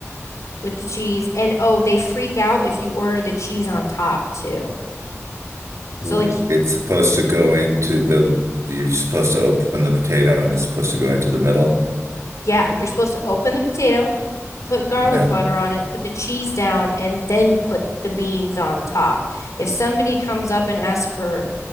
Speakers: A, on the left (about 85°); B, on the right (about 75°).
A: with the cheese. And oh, they freak out if you order the cheese on top too. So
B: W-
A: like y-
B: It's supposed to go into the, you're supposed to open the potato and it's supposed to go into the middle.
A: yeah, you're supposed to open the potato, put garlic
B: Yeah.
A: butter on it, put the cheese down, and then put the beans on top. If somebody comes up and asks for